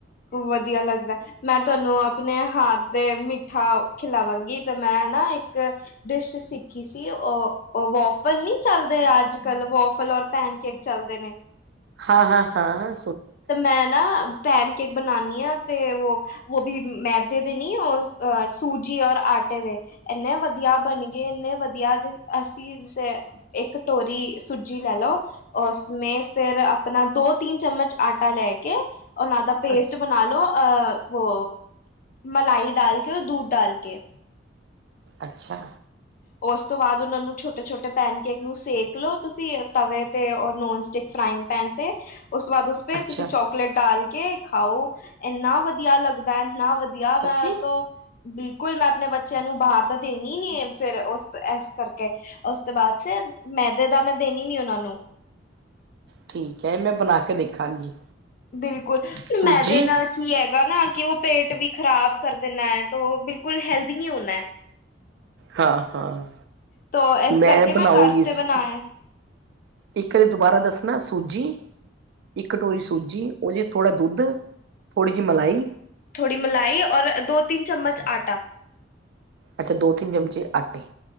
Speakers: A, on the left (about 45°); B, on the right (about 65°).
A: ਵਧੀਆ ਲੱਗਦਾ। ਮੈਂ ਤੁਹਾਨੂੰ ਆਪਣੇ ਹਾੱਥ ਦੇ ਮਿੱਠਾ ਖਿਲਾਵਾਂਗੀ ਤੇ ਮੈਂ ਨਾ ਇੱਕ ਡਿੱਸ਼ ਸਿੱਖੀ ਸੀ ਅਅ ਵੋਫਲ ਨੀ ਚੱਲਦੇ ਅੱਜ-ਕੱਲ੍ਹ ਵੋਫਲ ਔਰ ਪੈਨ ਕੇਕ ਚੱਲਦੇ ਨੇ।
B: ਹਾਂ-ਹਾਂ-ਹਾਂ।
A: ਤੇ ਮੈਂ ਨਾ ਪੈਨ ਕੇਕ ਬਣਾਨੀ ਆਂ ਤੇ ਉਹ ਉਹ ਵੀ ਮੈਦੇ ਦੇ ਨੀ ਉਹ ਅਹ ਸੂਜੀ ਔਰ ਆਟੇ ਦੇ। ਇੰਨੇ ਵਧੀਆ ਬਣ ਗਏ ਇੰਨੇ ਵਧੀਆ ਤੁ ਅਸੀਂ ਸ ਇੱਕ ਟੋਰੀ ਸੂਜੀ ਲੈ ਲੋੋ। ਉਸ ਮੇ ਫਿਰ ਆਪਣਾ ਦੋ- ਤੀਨ ਚੱਮਚ ਆਟਾ ਲੈ ਕੇ ਉਹਨਾਂ ਦਾ ਪੇਸਟ
B: ਅੱਛਾ
A: ਬਣਾ ਲੋ ਅਅ ਵੋ ਮਲਾਈ ਡਾਲ ਕੇ ਔਰ ਦੂਧ ਡਾਲ ਕੇ।
B: ਅੱਛਾ।
A: ਉਸ ਤੋਂ ਬਾਅਦ ਉਹਨਾਂ ਨੂੰ ਛੋਟੇ-ਛੋਟੇ ਪੈਨਕੇਕ ਨੂੰ ਸੇਕ ਲਓ ਤੁਸੀਂ ਤਵੇ ਤੇ ਔਰ ਨੋਨ ਸਟਿੱਕ ਫਰਾਇੰਗ ਪੈਨ ਤੇ ਉਸ ਤੋਂ ਬਾਅਦ ਉਸ ਫਿਰ
B: ਅੱਛਾ
A: ਤੁਸੀਂ ਚੋਕਲੇਟ ਡਾਲ ਕੇ ਖਾਓ, ਇੰਨਾ ਵਧੀਆ ਲੱਗਦਾ, ਇੰਨਾ ਵਧੀ ਆ ਮੈਂ
B: ਸੱਚੀ
A: ਤੋ, ਬਿਲਕੁਲ ਮੈਂ ਆਪਣੇ ਬੱਚਿਆਂ ਨੂੰ ਬਾਹਰ ਦਾ ਦੇਂਨੀ ਨਈਂ। ਫਿਰ ਉਸ ਐਸ ਕਰਕੇ ਉਸ ਤੋਂ ਬਾਅਦ ਫਿਰ ਮੈਦੇ ਦਾ ਮੈਂ ਦੇਂਨੀ ਨੀ ਉਹਨਾਂ ਨੂੰ।
B: ਠੀਕ ਐ, ਇਹ ਮੈਂ ਬਣਾ ਕੇ ਦੇਖਾਂਗੀ।
A: ਬਿਲਕੁਲ,
B: ਸੂਜੀ
A: ਮੈਦੇ ਨਾਲ ਕੀ ਹੈਗਾ ਨਾ ਕਿ ਉਹ ਪੇਟ ਵੀ ਖ਼ਰਾਬ ਕਰ ਦਿੰਨਾ ਤੋ ਬਿਲਕੁਲ ਹੈਲਦੀ ਨਹੀਂ ਹੋਨਾਂ।
B: ਹਾਂ -ਹਾਂ,
A: ਤੋ ਇਸ
B: ਮੈਂ
A: ਕਰਕੇ
B: ਬਣਾਉਂਗੀ
A: ਘਰ ਤੇ
B: ਸ
A: ਬਣਾਇਆ ਹੈ।
B: ਇੱਕ ਆਰੀ ਦੁਬਾਰਾ ਦੱਸਣਾ ਸੂਜੀ ਇੱਕ ਕਟੋਰੀ ਸੂਜੀ, ਉਹਦੇ 'ਚ ਥੋੜ੍ਹਾ ਦੁੱਧ, ਥੋੜ੍ਹੀ ਜੀ ਮਲਾਈ।
A: ਥੋੜੀ ਮਲਾਈ ਔਰ ਦੋ- ਤਿੰਨ ਚਮਚ ਆਟਾ।
B: ਅੱਛਾ, ਦੋ -ਤਿੰਨ ਚਮਚੇ ਆਟੇ।